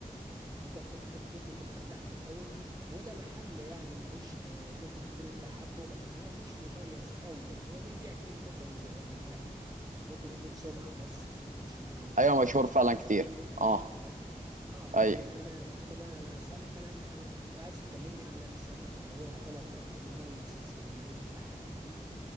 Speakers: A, on the right; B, on the right.
A: انت اتكلمت في كبدة الفلاح في الاول وده محل يعني ماهوش آه، ممكن تكون انت حبه لكن هو مش مميز قوي يعني هو بيبيع كبدة زيه زي اي واحد ممكن يكون سمعة بس ايه مشهورة وبتاع
B: ايوه
A: وناس
B: مشهور
A: قاعدة
B: فعلا
A: عليه
B: كتير اه
A: فاهمني اه لكن
B: ايوه
A: انا انا بقى اسالك على انا انا عايز تكلمني على السمك اللي هو يعتبر اكل مميز في اسكندريه الى حد كبير